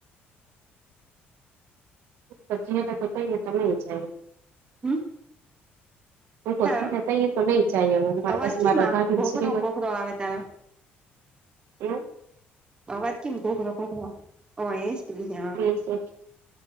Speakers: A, on the right; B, on the right.
A: <unintelligible>
B: હમ
A: <unintelligible>
B: તારો અવાજ કેમ આમ ઘોઘરો
A: એવું
B: ઘોઘરો આવે તારો અવાજ કેમ કોકળો કોકળો અએસ <unintelligible>
A: <unintelligible>